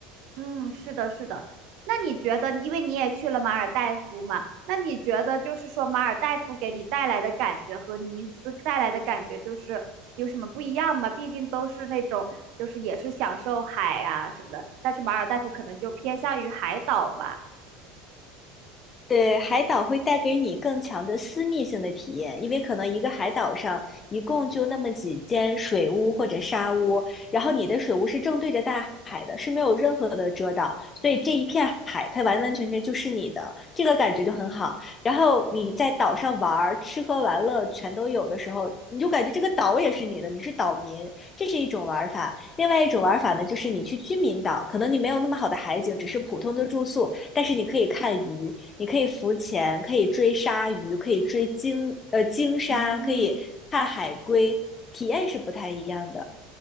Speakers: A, on the right; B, on the left.
A: 嗯，是的，是的。那你觉得，因为你也去了马尔代夫嘛，那你觉得就是说马尔代夫给你带来的感觉和尼斯带来的感觉就是有什么不一样吗？毕竟都是那种就是也是享受海啊什么的，但是马尔代夫可能就偏向于海岛吧。
B: 对，海岛会带给你更强的私密性的体验，因为可能一个海岛上一共就那么几间水屋或者沙屋，然后你的水屋是正对着大海的，是没有任何的遮挡，所以这一片海它完完全全就是你的，这个感觉就很好。然后你在岛上玩儿、吃喝玩乐全都有的时候，你就感觉这个岛也是你的，你是岛民，这是一种玩法。另外一种玩法呢，就是你去居民岛，可能你没有那么好的海景，只是普通的住宿，但是你可以看鱼，你可以浮潜，可以追鲨鱼，可以追鲸，呃，鲸鲨，
A: 嗯。
B: 可以看海龟，体验是不太一样的。